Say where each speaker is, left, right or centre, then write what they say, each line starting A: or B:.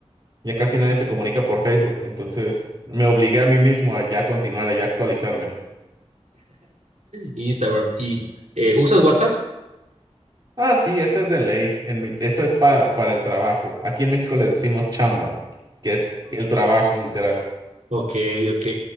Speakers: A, on the right (about 40°); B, on the right (about 80°).
A: ya casi nadie se comunica por Facebook, entonces me obligué a mí mismo a ya continuar, a ya actualizarme.
B: Instagram. ¿Y eh, usas WhatsApp?
A: Ah, sí, esa es de ley, en mi, esa es para, para el trabajo. Aquí en México le decimos chamba, que es el trabajo, literal.
B: Ok, ok.